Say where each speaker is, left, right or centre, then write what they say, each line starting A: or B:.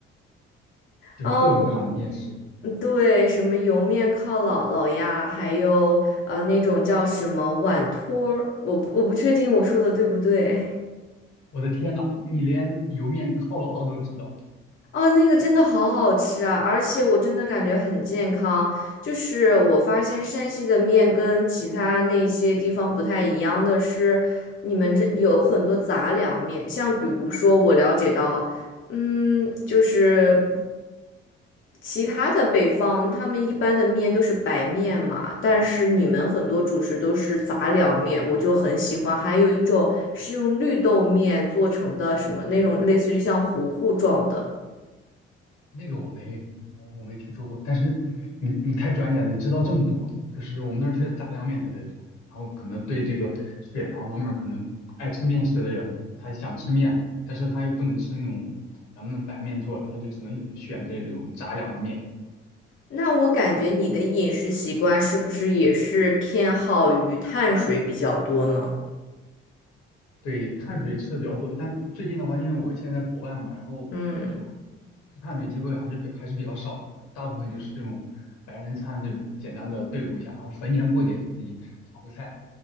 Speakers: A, on the left; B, on the left.
A: 就是各种各样的面食。
B: 哦，嗯对，什么油面靠姥姥呀，还有呃那种叫什么碗托儿，我不我不确定我说的对不对。<laughs>
A: 我的天呐，你连油面靠姥姥都知道，
B: 哦，那个真的好好吃啊，而且我真的感觉很健康。就是我发现山西的面跟其他那些地方不太一样的是，你们这有很多杂粮面，像比如说我了解到，嗯，就是。其他的北方，他们一般的面都是白面嘛，但是你们很多主食都是杂粮面，我就很喜欢。还有一种是用绿豆面做成的，什么那种类似于像糊糊状的。
A: 那个我没我我没听说过。但是你你太专业了，你知道这么多，就是我们那儿确实杂粮面特别多，然后可能对这个血糖方面可能爱吃面食的人，他想吃面，但是他又不能吃那种咱们那种白面做的，他就只能选这种杂粮的面。
B: 那我感觉你的饮食习惯是不是也是偏好于碳水比较多呢？
A: 对，碳水吃的比较多，但最近的话，因为我现在在国外嘛，然后就
B: 嗯，
A: 吃碳水机会还是比还是比较少的，大部分就是这种白人餐这种简单的对付一下，然后逢年过节给自己炒个菜。